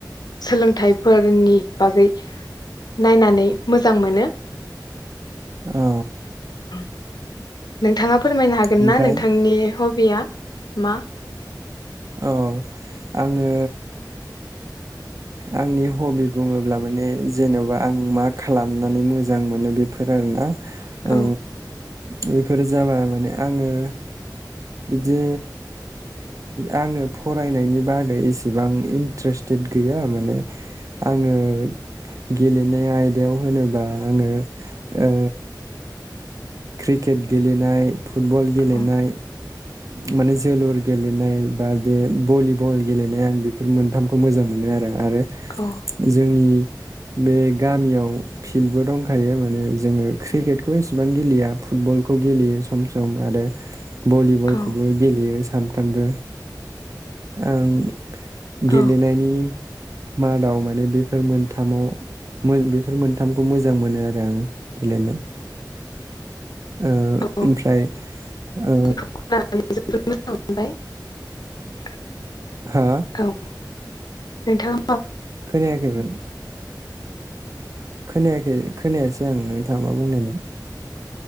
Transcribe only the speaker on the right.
औ
ओमफ्राय
औ आङो आंनि हबि बुङोब्ला माने जेनबा आं मा खालामनानै मोजां मोनो बेफोर आरोना? ओ
बेफोर जाबाय माने आङो। बिदि आङो फरायनायनि बागै एसेबां इन्ट्रेस्टेट गैया माने आङो गेलेनाय आयदायाव होनोबा आङो ओ क्रिकेट गेलेनाय फुटबल गेलेनाय
माने जोलुर गेलेनाय बा बे भलिबल गेलेनाय आं बेफोर मोनथामखौ मोजां मोनो आरो । आरो
जोंनि बे गामियाव फिल्डबो दंखायो माने जोङो क्रिकेटखौ एसेबां गेलेया फुटबलखौ गेलेयो सम सम आरो भलि खौबो
गेलेयो सान फ्रामबो आं
गेलेनायनि मादाव माने बेफोर मोनथामाव मोन बेफोर मोनथामखौ मोजां मोनो आरो आं गेलेनो ओ
ओमफ्राय ओ
हा?
खोनायाखैमोन। खोनाया खै खोनायासै आं नोंथाङा मा बुंनायमोन